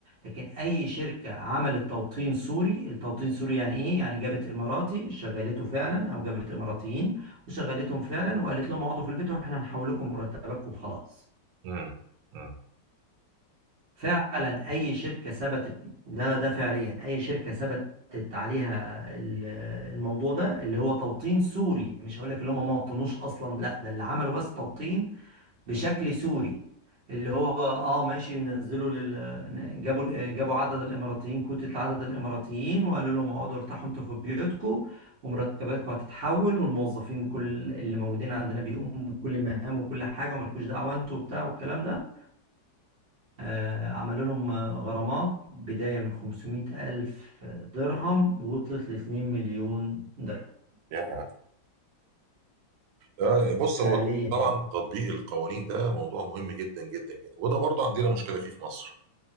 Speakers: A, on the right (about 50°); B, on the right (about 80°).
A: لكن اي شركه عملت توطين سوري التوطين السوري يعني ايه يعني جابت اماراتي شغلته فعلا او جابت اماراتيين وشغلتهم فعلا وقالت لهم اقعدوا في البيت واحنا هنحول لكم مرتباتكم وخلاص
B: مم. مم.
A: فعلا اي شركه ثبتت ده ده فعليا اي شركه ثبتت عليها ال- الموضوع ده اللي هو توطين سوري مش هقول لك اللي هم ما وطنوش اصلا لا ده اللي عملوا بس توطين بشكل سوري اللي هو اه ماشي نزلوا لل... جابوا جابوا عدد الاماراتيين كوتة عدد الاماراتيين وقالوا لهم اقعدوا ارتاحوا انتوا في بيوتكم ومرتباتكم هتتحول والموظفين كل اللي موجودين عندنا بيقوموا بكل المهام وكل حاجه ومالكوش دعوه انتوا وبتاع والكلام ده آه عملوا لهم آه، غرامات بدايه من 500 الف درهم وصلت ل 2 مليون درهم
B: يا. آه، بص
A: فعليا
B: هو
A: يعني
B: طبعا تطبيق القوانين ده موضوع مهم جدا جدا جدا وده برضه عندنا مشكله فيه في مصر